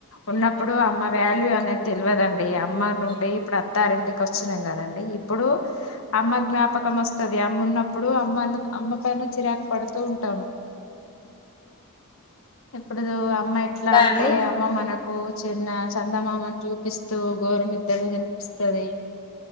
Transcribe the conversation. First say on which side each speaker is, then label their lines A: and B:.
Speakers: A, on the left (about 65°); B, on the left (about 20°).
A: ఉన్నప్పుడు అమ్మ వాల్యూ అనేది తెలివదండి
B: మ్మ్
A: అమ్మ నుండి ఇప్పుడు అత్తారింటికి వచ్చినం కదా. ఇప్పుడు అమ్మ జ్ఞాపకం వస్తుది అమ్మ ఉన్నప్పుడు అమ్మ అమ్మ పైన చిరాకు పడు. టాము ఎప్పుడు అమ్మ ఎట్లా
B: ఇంకా
A: అంటే
B: అండి
A: అమ్మ మనకు హొ చిన్న చందమామని చూపిస్తూ గోరుని ఇద్దర కనిపిస్తుంది